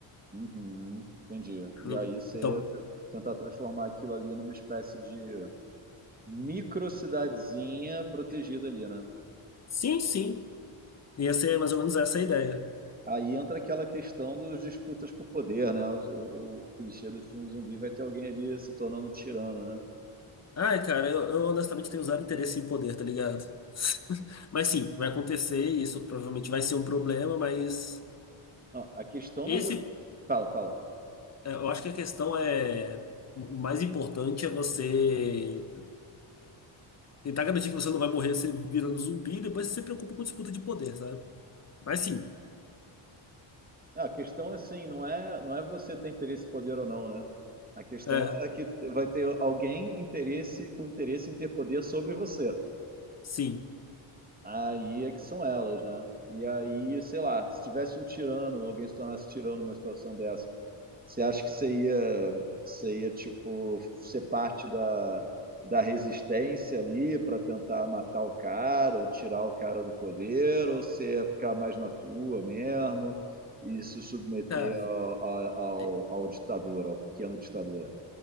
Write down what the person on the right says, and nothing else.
Uhum. Entendi. E
aí você
t- tentar transformar aquilo ali numa espécie de micro cidadezinha protegida ali, né?
Aí entra aquela questão dos disputas por poder, né? O, o, o clichê dos filmes zumbi vai ter alguém ali se tornando um tirano, né?
Não, a questão
não é você. Fala, fala.
Não, a questão assim, não é, não é você ter interesse, poder ou não, né? A questão
é que vai ter alguém interesse com interesse em ter poder sobre você.
Aí é que são elas, né? E aí, sei lá, se tivesse um tirano, alguém se tornasse tirano numa situação dessa. Você acha que você ia, você ia tipo, ser parte da, da resistência ali para tentar matar o cara ou tirar o cara do poder? Ou você ia ficar mais na tua mesmo e se submeter
ao, ao, ao,
ao ditador, ao pequeno ditador?